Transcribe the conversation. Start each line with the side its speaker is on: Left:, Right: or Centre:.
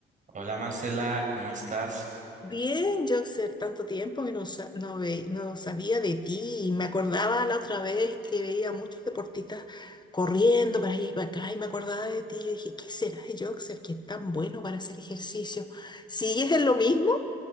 Right: Hola Marcela, ¿cómo estás?
Left: Bien, Joxer, tanto tiempo que no, sa- no, ve- no sabía de ti y me acordaba la otra vez que veía muchos deportistas corriendo para allá y para acá y me acordaba de ti. Yo dije, ¿qué será de Joxer que es tan bueno para hacer ejercicio? ¿Sigues en lo mismo?